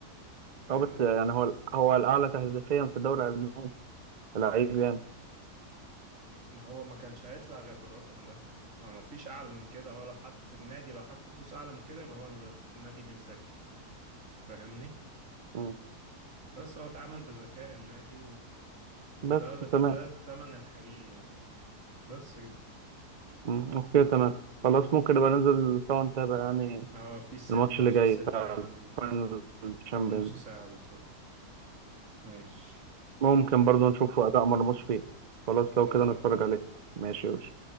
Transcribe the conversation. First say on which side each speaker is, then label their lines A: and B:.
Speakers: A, on the right; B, on the right.
A: فاهمني
B: هو بس آه، يعني هو هو الاعلى تهديفيا في الدوري الالماني لعيب يعني
A: ما هو ما كانش هيطلع غير بالرقم ده آه، ما فيش أعلى من كده ولا حط النادي لو حط فلوس أعلى من كده يبقى هو ال- النادي مش ذكي فاهمني
B: مم.
A: بس هو اتعامل بذكاء النادي وده
B: بس تمام
A: ده التمن الحقيقي يعني بس كده
B: مم، اوكي تمام خلاص ممكن نبقى ننزل سوا نتابع يعني
A: اه في السيتي
B: الماتش
A: ماتش
B: اللي جاي
A: السيتي
B: بتاع
A: كمان
B: الفاينل الشامبيونز
A: كمان نص ساعة بالظبط ماشي
B: ممكن برضو نشوفه اداء مرموش فيه خلاص لو
A: بالظبط
B: كده نتفرج عليه ماشي يا باشا